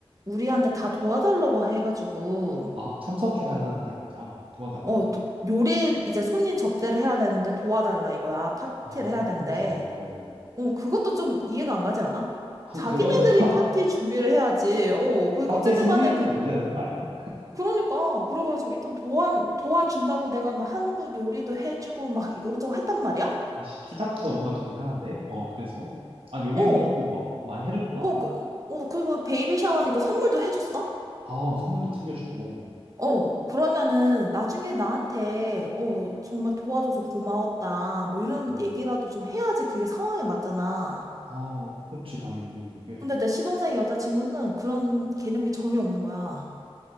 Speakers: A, on the right; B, on the right.
A: 우리한테 다 도와달라고 해가지고,
B: 아, 참석해달라는 게 아니라 도와달라고?
A: 어, 도- 요리, 이제 손님 접대를 해야 되는데 도와달라 이거야. 파티를
B: 아,
A: 해야 되는데,
B: 그렇구나. 어,
A: 어, 그것도 좀 이해가 안 가지 않아?
B: 아,
A: 자기네들이
B: 그거부터
A: 파티
B: <laughs>
A: 준비를 해야지. 어, 그러니까,
B: 파티에
A: 어쨌든
B: 손님으로
A: 간에, 그,
B: 모셔야 되는 거 아니야?
A: 그러니까, 그래가지고, 일단 도와, 도와준다고 내가 막 한국 요리도 해주고, 막 이것저것 했단 말이야?
B: 시, 시작부터 뭔가 좀 이상한데? 어, 그래서. 아, 요리도
A: 어,
B: 해주고 막 많이 해줬구나.
A: 어, 그, 어, 그리고 베이비 샤워니까 선물도 해줬어?
B: 아, 선물도 챙겨주고.
A: 어, 그러면은 나중에 나한테, 어, 정말 도와줘서 고마웠다. 뭐 이런
B: 음.
A: 얘기라도 좀 해야지 그게 상황에 맞잖아.
B: 아, 그렇지, 당연히. 이게,
A: 근데 내 시동생 여자친구는 그런 개념이 전혀 없는 거야.